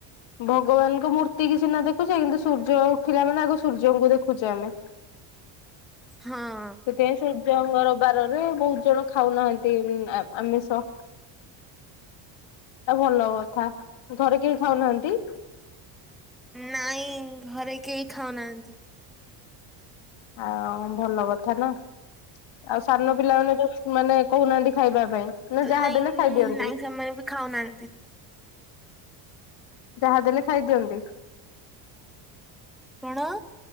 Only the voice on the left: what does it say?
ଭଗବାନଙ୍କ ମୂର୍ତ୍ତି କି ସିନା ଦେଖୁଛେ କିନ୍ତୁ ସୂର୍ଯ୍ୟ ଉଠିଲା ମାନେ ଆଗ ସୂର୍ଯ୍ୟଙ୍କୁ ଦେଖୁଛେ ଆମେ।
ସେଥିପାଇଁ ସୂର୍ଯ୍ୟଙ୍ଗରବାରରେ ବହୁତ ଜଣ ଖାଉନାହାନ୍ତି ଆମିଷ। ଏଟା ଭଲ କଥା ଘରେ କେହି ଖାଉନାହାନ୍ତି?
ଆଉ ଭଲ କଥା ନା। ଆଉ ସାନ ପିଲାମାନୋନେ ତ ମାନେ କହୁନାହାନ୍ତି ଖାଇବା ପାଇଁ। ନା ଯାହା
ଦେଲେ ଖାଇଦିଅନ୍ତି।
ଯାହା ଦେଲେ ଖାଇ ଦିଅନ୍ତି।